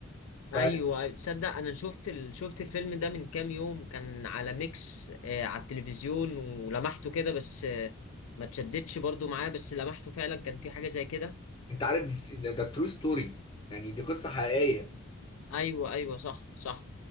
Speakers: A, on the left; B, on the left.
A: فانت
B: ايوه تصدق انا شفت ال... شفت الفيلم ده من كام يوم كان على ميكس آه على التلفزيون ولمحته كده بس آه ما تشدتش برضو معاه بس لمحته فعلا كان في حاجه زي كده
A: عارف ده, ده ترو ستوري يعني دي قصة حقيقية
B: ايوه ايوه صح صح